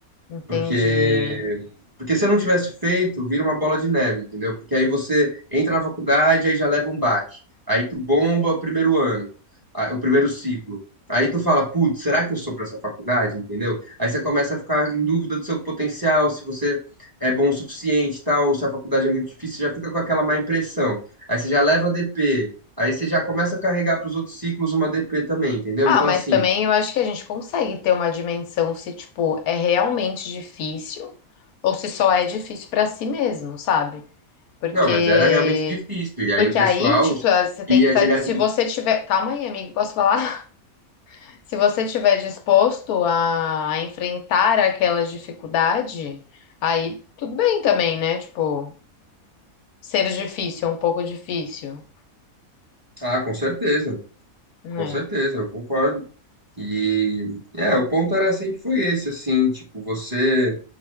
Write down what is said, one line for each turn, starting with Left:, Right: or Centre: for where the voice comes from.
Left: entendi.
Right: Porque, porque se eu não tivesse feito, vira uma bola de neve, entendeu? Porque aí você entra na faculdade, aí já leva um baque. Aí tu bomba o primeiro ano, a- o primeiro ciclo. Aí tu fala, putz, será que eu sou pra essa faculdade, entendeu? Aí você começa a ficar em dúvida do seu potencial, se você é bom o suficiente, e tal, ou se a faculdade é muito difícil, você já fica com aquela má impressão. Aí você já leva DP, aí você já começa a carregar pros outros ciclos uma DP também, entendeu?
Left: Ah,
Right: Então
Left: mas
Right: assim,
Left: também eu acho que a gente consegue ter uma dimensão se, tipo, é realmente difícil ou se só é difícil pra si mesmo, sabe? Porque
Right: Não, mas era realmente difícil. E aí
Left: porque
Right: o pessoal
Left: aí, tipo, ah, você tem
Right: ia
Left: que estar,
Right: direto
Left: se
Right: do.
Left: você tiver, calma aí, amigo, posso falar? <laughs> Se você tiver disposto a, a enfrentar aquela dificuldade, aí tudo bem também, né? Tipo, ser difícil é um pouco difícil,
Right: Ah, com certeza,
Left: né?
Right: com certeza, eu concordo. E é, o ponto era sempre foi esse, assim, tipo, você